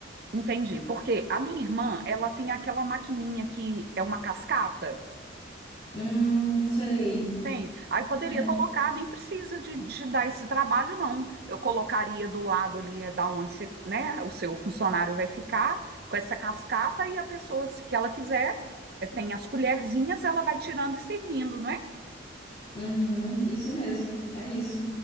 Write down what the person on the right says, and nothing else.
Entendi, porque a minha irmã, ela tem aquela maquininha que é uma cascata,
tem? Aí poderia
colocar, nem precisa de, de dar esse trabalho, não. Eu colocaria do lado ali, é da onde você, né, o seu funcionário vai ficar, com essa cascata, e a pessoa, se que ela quiser, eh, tem as colherzinhas, ela vai tirando e servindo, não é?